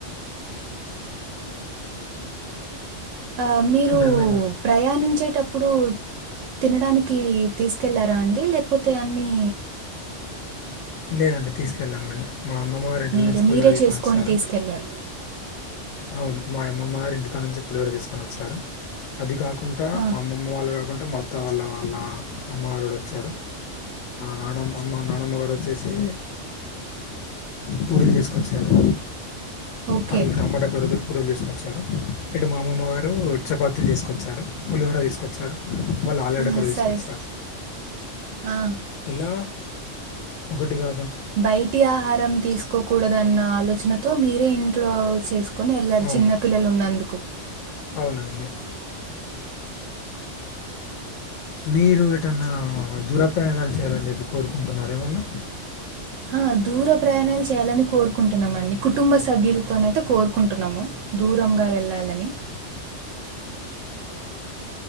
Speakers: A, on the right; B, on the left.
A: ఆ మీరు
B: అంటే మీ
A: ప్రయాణించేటప్ ప్పుడు తినడానికి తీసుకెళ్లారా అండి లేకపోతే అన్నీ
B: లేదండి తీసుకెళ్ళామండి మా అమ్మ వారు ఇంటిలో
A: మీరు
B: నుంచి పులిహోర
A: మీరే
B: చేసుకొని వచ్చారు
A: తీసుకెళ్లారు
B: అవును మా అమ్మమ్మ గారు ఇంటికానుంచి పులిహోర చేసుకొని వచ్చినారు అది కా కుంటా
A: ఆ,
B: మా అమ్మమ్మ వాళ్ళు కాకుంట మా అత్త వాళ్ళ వాళ్ళ అమ్మ వారు కూడా వచ్చారు నానమ్మ అమ్మ నానమ్మగారు వచ్చేసి పూరీలు తీసుకోచ్చారు
A: ఓకే
B: వాళ్ళు టమాట పూరీలు తీసుకొచ్చారు ఇటు మా అమమ్మ గారు చపాతీలు తీసుకొచ్చారు పులిహోర తీసుకొచ్చారు వాళ్ళు ఆలుగడ్డ
A: ఆ,
B: కూర తీసుకొచ్చారు
A: సరే స- ఆ,
B: ఇలా ఒకటిగా
A: బయటి ఆహారం తీసుకోకూడదన్న ఆలోచనతో మీరే ఇంట్లో చేసుకో కొని వెళ్ళారు
B: అవును
A: చిన్న పిల్లలు ఉన్నందుకు
B: అవునండి మీరు ఎటన్నా దూర ప్రయాణాలు చేయాలని చెప్పి కోరుకుంటున్నార ఏమన్నా
A: ఆ దూర ప్రయాణాలు చేయాలని కోరుకుంటున్నాం అండి కుటుంబ సభ్యులతోనైతే కోరుకుంటున్నాము దూరంగా వెళ్ళాలని
B: <inaudible>